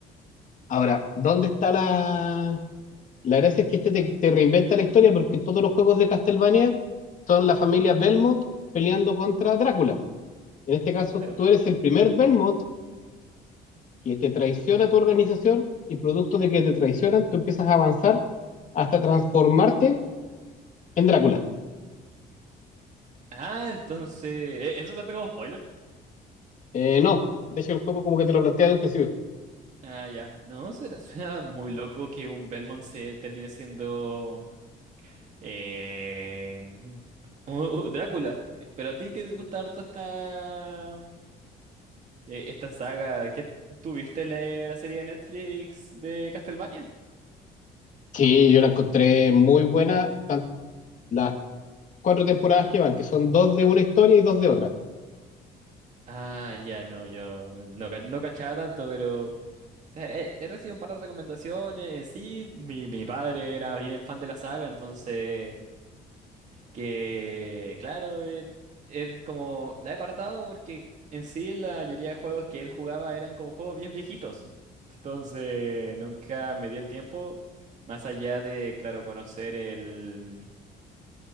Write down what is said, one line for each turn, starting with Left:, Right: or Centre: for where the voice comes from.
Left: Ahora, ¿dónde está la. La gracia es que este te, te reinventa la historia porque todos los juegos de Castlevania son la familia Belmont peleando contra Drácula. En este caso,
Right: Claro.
Left: tú eres el primer Belmont que te traiciona tu organización y producto de que te traicionan, tú empiezas a avanzar hasta transformarte En Drácula.
Right: Ah, entonces, ¿e- ¿eso cuenta como spoiler?
Left: Eh, no, de hecho el juego como que te lo plantea de un principio.
Right: Ah, ya. No, suena, suena muy loco que un Belmont se termine siendo eh, u- u- Drácula. Eh, Pero a ti que te gusta harto esta eh, esta saga, ¿qué tuviste la, la serie de Netflix de Castlevania?
Left: Sí, yo la encontré muy buena, tan- las cuatro temporadas que van, que son dos de una historia y dos de otra.
Right: Ah, ya no, yo no, ca- no cachaba tanto, pero o sea, he, he recibido un par de recomendaciones. En sí, mi, mi padre era bien fan de la saga, entonces que claro, eh, él como la he apartado porque en sí la mayoría de juegos que él jugaba eran como juegos bien viejitos. Entonces nunca me dio el tiempo, más allá de, claro, conocer el